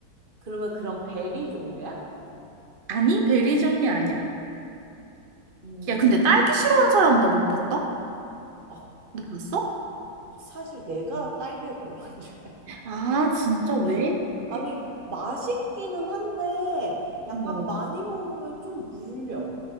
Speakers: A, on the right; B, on the right.
A: 그러면 그런 베리 종류야?
B: 아니 베리 종류 아니야.
A: 음,
B: 야 근데 딸기 싫어하는 사람 나 못 봤다?
A: 어,
B: 너 봤어?
A: 사실 내가 딸기를 별로 안 좋아해요.
B: 아 진짜 왜?
A: <laughs>
B: 왜?
A: 아니, 맛있기는 한데, 약간
B: 어.
A: 많이 먹으면 좀 물려.